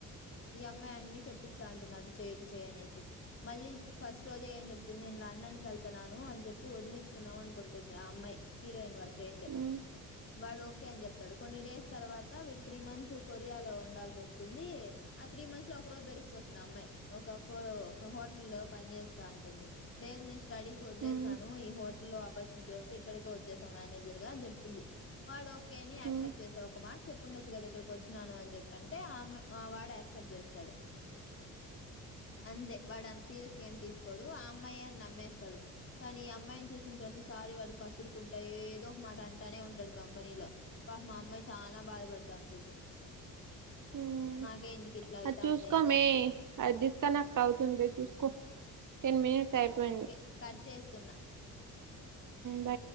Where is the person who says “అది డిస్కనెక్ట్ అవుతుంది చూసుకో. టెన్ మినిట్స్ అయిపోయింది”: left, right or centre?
Right